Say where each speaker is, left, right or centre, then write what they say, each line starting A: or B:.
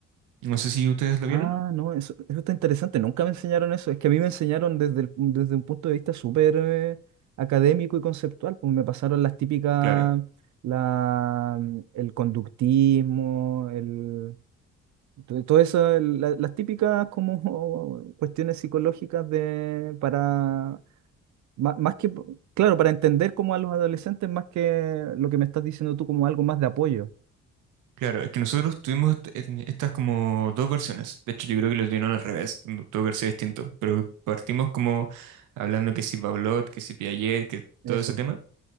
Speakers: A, on the right; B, on the right.
A: No sé si ustedes lo vieron.
B: Ah, no, eso, eso está interesante. Nunca me enseñaron eso. Es que a mí me enseñaron desde, el- desde un punto de vista súper eh, académico y conceptual. Pues me pasaron las típicas,
A: Claro.
B: la, el conductismo, el, to- todo eso, el- la- las típicas como <laughs> cuestiones psicológicas de, para, ma- más, que, claro, para entender como a los adolescentes, más que lo que me estás diciendo tú como algo más de apoyo.
A: Claro, es que nosotros tuvimos est- en estas como dos versiones. De hecho, yo creo que lo tuvieron al revés, tu- tuvo que haber sido distinto. Pero partimos como hablando que si Pavlov, que si Piaget, que
B: Eso,
A: todo ese tema.